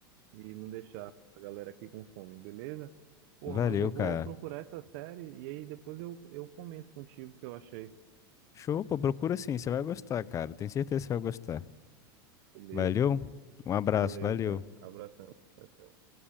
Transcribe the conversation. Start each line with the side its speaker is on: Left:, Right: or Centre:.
Right: e não deixar a galera aqui com fome, beleza? Porra,
Left: Valeu,
Right: mas eu vou
Left: cara.
Right: procurar essa série e aí depois eu, eu comento contigo o que eu achei.
Left: Show, pô, procura sim, você vai gostar, cara. Tenho certeza que você vai gostar.
Right: Beleza.
Left: Valeu, um abraço,
Right: Valeu,
Left: valeu.
Right: cara. Abração. Tchau, tchau.